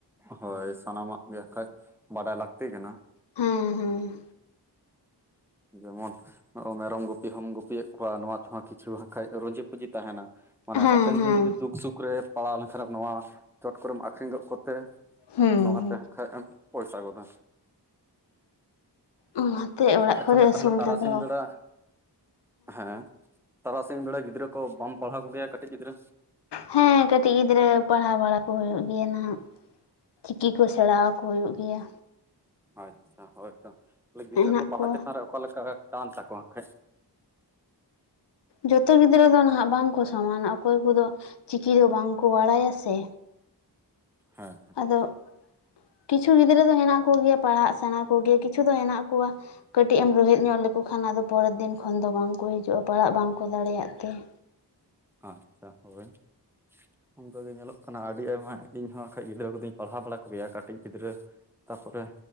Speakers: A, in the centre; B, on the left.
A: ᱦᱳᱭ ᱥᱟᱱᱟᱢᱟᱜ ᱜᱮ ᱟᱠᱷᱟᱡ ᱵᱟᱰᱟᱭ ᱞᱟᱹᱠᱛᱤ ᱠᱟᱱᱟ᱾
B: ᱦᱮᱸ ᱦᱮᱸ᱾
A: ᱡᱮᱢᱚᱱ ᱢᱮᱨᱚᱢ ᱜᱩᱯᱤ ᱦᱚᱢ ᱜᱩᱯᱤᱭᱮᱫ ᱠᱚᱣᱟ ᱱᱚᱣᱟ ᱛᱮᱦᱚᱸ ᱠᱤᱪᱷᱩ ᱦᱟᱸᱠᱷᱟᱡ ᱨᱩᱡᱤ ᱯᱩᱡᱤ ᱛᱟᱦᱮᱸᱱᱟ᱾ ᱢᱟᱱᱮ
B: ᱦᱮᱸ
A: ᱦᱟᱯᱮᱱ
B: ᱦᱮᱸ
A: ᱫᱤᱱ ᱡᱩᱫᱤ ᱫᱩᱠ ᱥᱩᱠ ᱨᱮ ᱯᱟᱲᱟᱣ ᱞᱮᱱᱠᱷᱟᱱ ᱱᱚᱣᱟ ᱪᱚᱴ ᱠᱚᱨᱮᱢ ᱟᱠᱷᱨᱤᱧ ᱜᱚᱫ ᱠᱚᱛᱮ
B: ᱦᱩᱸ
A: ᱱᱚᱣᱟ
B: ᱦᱩᱸ
A: ᱛᱮ ᱦᱟᱸᱠᱷᱟᱡ ᱮᱢ ᱯᱚᱭᱥᱟ ᱜᱚᱫᱟ᱾
B: ᱚᱱᱟᱛᱮ ᱚᱲᱟᱜ
A: ᱟᱪᱪᱷᱟ
B: ᱠᱚᱨᱮ
A: ᱢᱟᱹᱭ
B: ᱟᱹᱥᱩᱞ
A: ᱛᱟᱦᱚᱞᱮ ᱛᱟᱨᱟᱥᱤᱧ
B: ᱫᱚ ᱫᱚᱦᱚ
A: ᱵᱮᱲᱟ ᱦᱮᱸ ᱛᱟᱨᱟᱥᱤᱧ ᱵᱮᱲᱟ ᱜᱤᱫᱽᱨᱟᱹ ᱠᱚ ᱵᱟᱢ ᱯᱟᱲᱦᱟᱣ ᱠᱚᱜᱮᱭᱟ ᱠᱟᱹᱴᱤᱡ ᱜᱤᱫᱽᱨᱟᱹ?
B: ᱦᱮᱸ ᱠᱟᱹᱴᱤᱡ ᱜᱤᱫᱽᱨᱟᱹ ᱯᱟᱲᱦᱟᱣ ᱵᱟᱲᱟ ᱠᱚ ᱦᱩᱭᱩᱜ ᱜᱮᱭᱟ ᱱᱟᱦᱟᱸᱜ᱾ ᱪᱤᱠᱤ ᱠᱚ ᱥᱮᱬᱟᱣᱟᱠᱚ ᱦᱩᱭᱩᱜ ᱜᱮᱭᱟ᱾
A: ᱟᱪᱪᱷᱟ ᱦᱳᱭᱛᱚ ᱛᱟᱦᱚᱞᱮ ᱜᱤᱫᱽᱨᱟᱹ
B: ᱦᱮᱱᱟᱜ
A: ᱠᱚ ᱯᱟᱲᱦᱟᱜ
B: ᱠᱚᱣᱟ᱾
A: ᱪᱮᱛᱟᱱ ᱨᱮ ᱚᱠᱟ ᱞᱮᱠᱟ ᱴᱟᱱ ᱛᱟᱠᱚ ᱦᱟᱸᱠᱷᱟᱡ
B: ᱡᱚᱛᱚ ᱜᱤᱫᱽᱨᱟᱹ ᱫᱚ ᱱᱟᱦᱟᱸᱜ ᱵᱟᱝ ᱠᱚ ᱥᱚᱢᱟᱱᱟ ᱚᱠᱚᱭ ᱠᱚᱫᱚ ᱪᱤᱠᱤ ᱫᱚ ᱵᱟᱝ ᱠᱚ ᱵᱟᱲᱟᱭᱟ ᱥᱮ,
A: ᱦᱮᱸ᱾
B: ᱟᱫᱚ ᱠᱤᱪᱷᱩ ᱜᱤᱫᱽᱨᱟᱹ ᱫᱚ ᱦᱮᱱᱟᱸᱜ ᱠᱚᱜᱮᱭᱟ ᱯᱟᱲᱦᱟᱜ ᱥᱮᱬᱟ ᱠᱚᱜᱮ ᱠᱤᱪᱷᱩ ᱫᱚ ᱦᱮᱱᱟᱸᱜ ᱠᱚᱣᱟ ᱠᱟᱹᱴᱤᱡ ᱮᱢ ᱨᱳᱦᱮᱫ ᱧᱚᱜ ᱞᱮᱠᱚ ᱠᱷᱟᱱ ᱟᱫᱚ ᱯᱚᱨᱮᱨ ᱫᱤᱱ ᱠᱷᱚᱱ ᱫᱚ ᱵᱟᱝ ᱠᱚ ᱦᱤᱡᱩᱜᱼᱟ, ᱯᱟᱲᱦᱟᱜ ᱵᱟᱝᱠᱚ ᱫᱟᱲᱮᱭᱟᱜ ᱛᱮ ᱾
A: ᱟᱪᱪᱷᱟ ᱦᱳᱭ ᱾ ᱚᱝᱠᱟᱜᱮ ᱧᱮᱞᱚᱜ ᱠᱟᱱᱟ ᱟᱹᱰᱤ ᱟᱭᱢᱟ ᱤᱧᱦᱚᱸ ᱵᱟᱠᱷᱟᱡ ᱜᱤᱫᱽᱨᱟᱹ ᱠᱚᱫᱚᱧ ᱯᱟᱲᱦᱟᱣ ᱵᱟᱲᱟ ᱠᱚᱜᱮᱭᱟ, ᱠᱟᱹᱴᱤᱡ ᱜᱤᱫᱽᱨᱟᱹ ᱛᱟᱨᱯᱚᱨᱮ